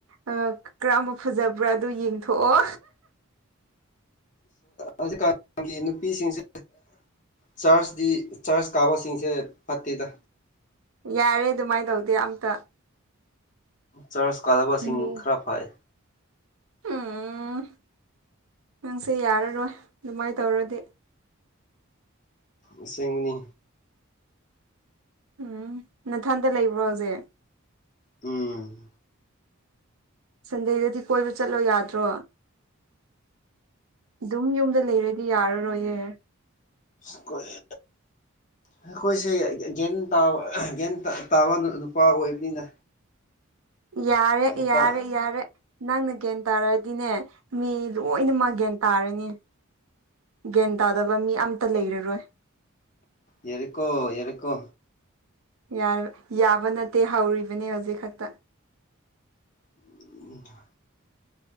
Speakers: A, on the right; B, on the left.
A: ꯑ ꯀꯔꯝꯕ ꯐꯖꯕ꯭ꯔꯥ ꯑꯗꯨ ꯌꯦꯡꯊꯣꯛꯑꯣ
B: ꯍꯧꯖꯤꯀꯥꯟꯒꯤ ꯅꯨꯄꯤꯁꯤꯡꯁꯦ ꯆꯔꯆꯇꯤ ꯆꯔꯆ ꯀꯥꯕꯁꯤꯡꯁꯦ ꯐꯠꯇꯦꯗ
A: ꯌꯥꯔꯦ ꯑꯗꯨꯃꯥꯏꯅ ꯇꯧꯗꯦ ꯑꯝꯇ
B: ꯆꯔꯆ ꯀꯥꯗꯕꯁꯤꯡ
A: ꯎꯝ
B: ꯈꯔ ꯐꯥꯏ
A: ꯎꯝ ꯅꯪꯁꯦ ꯌꯥꯔꯔꯣꯏ ꯑꯗꯨꯃꯥꯏꯅ ꯇꯧꯔꯗꯤ
B: ꯑꯁꯦꯡꯃꯤꯅꯤ
A: ꯎꯝ ꯅꯊꯟꯗ ꯂꯩꯕ꯭ꯔꯣ ꯍꯧꯖꯤꯛ
B: ꯎꯝ
A: ꯁꯟꯗꯦꯗꯗꯤ ꯀꯣꯏꯕ ꯆꯠꯂꯣ ꯌꯥꯗ꯭ꯔꯣ ꯑꯗꯨꯝ ꯌꯨꯝꯗ ꯂꯩꯔꯗꯤ ꯌꯥꯔꯔꯣꯏꯌꯦ
B: ꯁꯈꯣꯏ ꯑꯩꯈꯣꯏꯁꯦ ꯒ꯭ꯌꯥꯟ ꯇꯥꯕ ꯒ꯭ꯌꯥꯟ ꯇꯥꯕ ꯅꯨꯄꯥ ꯑꯣꯏꯕꯅꯤꯅ
A: ꯌꯥꯔꯦ
B: ꯃꯄꯥ
A: ꯌꯥꯔꯦ ꯌꯥꯔꯦ ꯅꯪꯅ ꯒ꯭ꯌꯥꯟ ꯇꯥꯔꯗꯤꯅꯦ ꯃꯤ ꯂꯣꯏꯅꯃꯛ ꯒ꯭ꯌꯥꯟ ꯇꯥꯔꯅꯤ ꯒ꯭ꯌꯥꯟ ꯇꯥꯗꯕ ꯃꯤ ꯑꯇ ꯂꯩꯔꯔꯣꯏ
B: ꯌꯦꯔꯀꯣ ꯌꯦꯔꯀꯣ
A: ꯌꯥ ꯌꯥꯕ ꯅꯠꯇꯦ ꯍꯧꯔꯤꯕꯅꯤ ꯍꯧꯖꯤꯛ ꯈꯛꯇ
B: ꯎ